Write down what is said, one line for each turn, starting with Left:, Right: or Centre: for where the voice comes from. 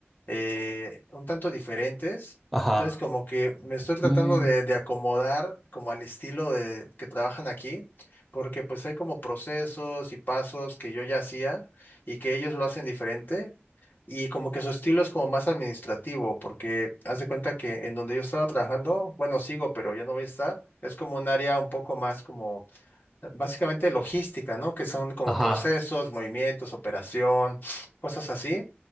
Left: eh, un tanto diferentes.
Centre: ajá,
Left: Entonces como que me estoy tratando
Centre: uh,
Left: de, de acomodar como al estilo de que trabajan aquí porque pues hay como procesos y pasos que yo ya hacía y que ellos lo hacen diferente y como que su estilo es como más administrativo, porque haz de cuenta que en donde yo estaba trabajando, bueno, sigo, pero ya no voy a estar, es como un área un poco más como eh, básicamente logística, ¿no? Que son como
Centre: ajá,
Left: procesos, movimientos, operación, cosas así.